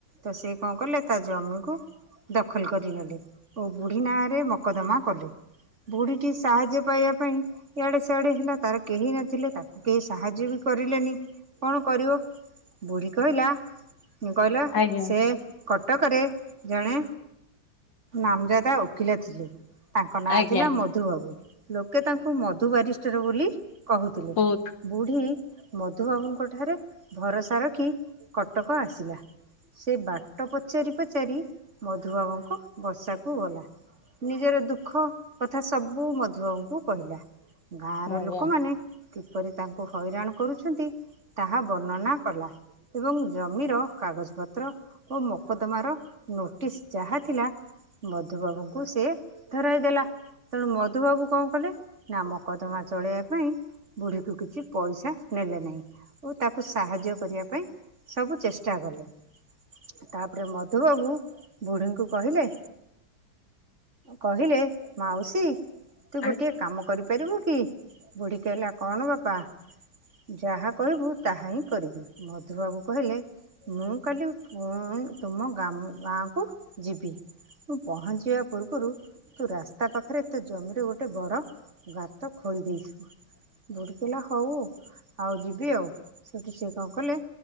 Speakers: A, on the right; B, on the left.
A: ତ ସେ କଣ କଲେ ତା ଜମିକୁ ଦଖଲ କରିନେଲେ ଓ ବୁଢ଼ୀ ନାଁରେ ମକଦମା କଲେ। ବୁଢୀଟି ସାହାଯ୍ୟ ପାଇବା ପାଇଁ ଇଆଡେ ସିଆଡେ ହେଲା ତାର କେହି ନ ଥିଲେ ତାକୁ କେହି ସାହାଯ୍ୟ ବି କରିଲେନି କଣ କରିବ ବୁଢ଼ୀ କହିଲା କହିଲା
B: ଆଜ୍ଞା
A: ସେ କଟକରେ ଜଣେ ନାମଜାଦା ଓକିଲ ଥିଲେ। ତାଙ୍କ ନାଁ
B: ଆଜ୍ଞା
A: ଥିଲା ମଧୁବାବୁ ଲୋକେ ତାଙ୍କୁ ମଧୁବାରିଷ୍ଟର ବୋଲି କହୁଥିଲେ।
B: ବହୁତ
A: ବୁଢ଼ୀ ମଧୁବାବୁଙ୍କଠାରେ ଭରସା ରଖି କଟକ ଆସିଲା। ସେ ବାଟ ପଚାରି ପଚାରି ମଧୁବାବୁଙ୍କ ବସାକୁ ଗଲା। ନିଜର ଦୁଃଖ କଥା ସବୁ ମଧୁବାବୁଙ୍କୁ କହିଲା ଗାଁ ର
B: ଆଜ୍ଞା।
A: ଲୋକମାନେ କିପରି ତାଙ୍କୁ ହଇରାଣ କରୁଛନ୍ତି ତାହା ବର୍ଣ୍ଣନା କଲା। ଏବଂ ଜମିର କାଗଜ ପତ୍ର ଓ ମୋକଦମା ର ନୋଟିସ୍ ଯାହା ଥିଲା ମଧୁବାବୁଙ୍କୁ ସେ ଧରାଇ ଦେଲା। ତେଣୁ ମଧୁବାବୁ କଣ କଲେ ନା ମକଦ୍ଦମା ଚଳେଇବା ପାଇଁ ବୁଢ଼ୀକୁ କିଛି ପଇସା ନେଲେ ନାହିଁ ଓ ତାକୁ ସାହାଯ୍ୟ କରିବା ପାଇଁ ସବୁ ଚେଷ୍ଟା କଲେ। ତାପରେ ମଧୁବାବୁ ବୁଢ଼ୀଙ୍କୁ କହିଲେ କହିଲେ ମାଉସୀ ତୁ
B: ହ୍ୟାଲୋ ହଁ
A: ଗୋଟିଏ କାମ କରିପାରିବୁ କି ବୁଢ଼ୀ କହିଲା କଣ ବାପା ଯାହା କହିବୁ ତାହା ହିଁ କରିବି ମଧୁବାବୁ କହିଲେ ମୁଁ କାଲି ତୁମ ଗାଁ କୁ ଯିବି। ମୁଁ ପହଞ୍ଚିବା ପୂର୍ବରୁ ତୁ ରାସ୍ତା ପାଖରେ ତୋ ଜମିରେ ଗୋଟେ ବଡ଼ ଗାତ ଖୋଳି ଦେଇଥିବ। ବୁଢ଼ୀ କହିଲା ହଉ ଆଉ ଯିବି ଆଉ ସେଠି କିଏ କଣ କଲେ